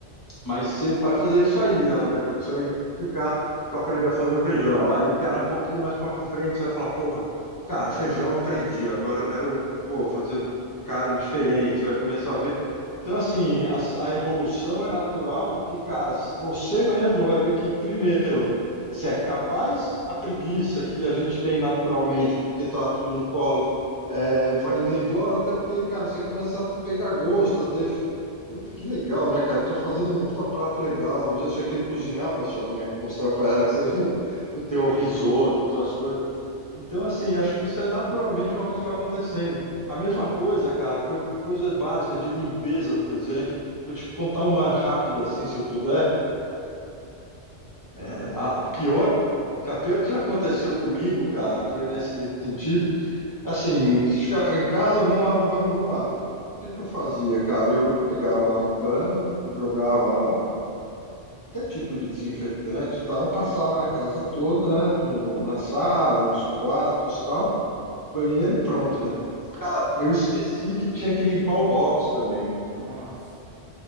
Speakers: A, on the left; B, on the right.
A: Mas você vai fazer isso aí, ela vai, você vai explicar para aprender a fazer o feijão. Aí, cara, um pouquinho mais para frente, você vai falar, pô, cara, feijão eu aprendi, agora eu quero, pô, fazer carne diferente, você vai começar a ver. Então, assim, a, a evolução é natural, porque, cara, você mesmo vai ver que, primeiro, você é capaz, a preguiça que a gente tem naturalmente, porque tá tudo no colo, Aí vai indo embora, até porque, cara, você começa a pegar gosto, a ter. Puta, que legal, né, cara? Tô fazendo um puta prato legal. Um dia você vai querer cozinhar pra sua mãe, mostrar pra ela que você <laughs> o teu risoto, tuas coisas. Então, assim, acho que isso é naturalmente uma coisa que vai acontecendo. A mesma coisa, cara, foi coisa básica de limpeza, por exemplo. Vou te contar uma rápida, assim, se eu puder.
B: Manda,
A: É,
B: manda.
A: a, a pior, a pior que já aconteceu comigo, cara, foi nesse, nesse sentido. Assim, chegava em casa, vamos lá, vamos, vamos lá. O que que eu fazia, cara? Eu pegava lá um pano, jogava lá um, qualquer tipo de desinfetante e tal, passava na casa toda, né? No, no- na sala, nos quartos e tal, banheiro e pronto, né? Cara, eu esqueci que tinha que limpar o box também.
B: Nossa.